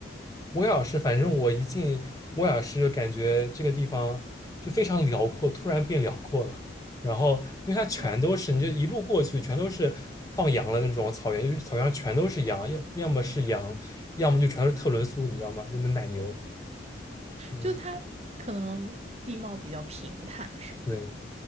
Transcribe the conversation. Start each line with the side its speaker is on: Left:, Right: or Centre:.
Left: 威尔士，反正我一进威尔士，感觉这个地方就非常辽阔，突然变辽阔了。然后，因为它全都是，
Right: 啊？
Left: 你就一路过去，全都是放羊的那种草原，就是草原上全都是羊，要要么是羊，要么就全都是特仑苏，你知道吗？就那奶牛。嗯，
Right: 就它可能地貌比较平坦，是吗？
Left: 对